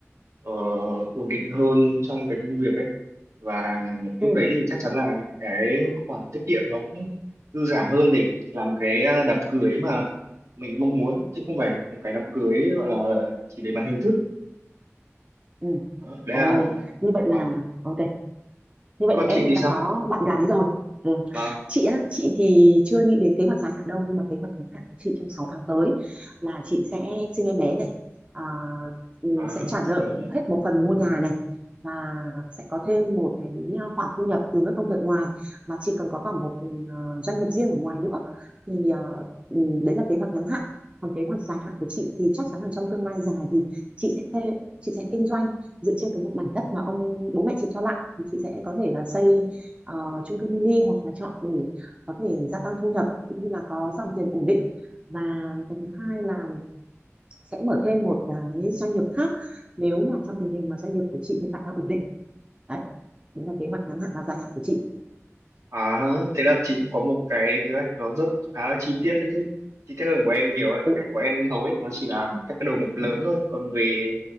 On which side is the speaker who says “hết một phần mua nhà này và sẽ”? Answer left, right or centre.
Right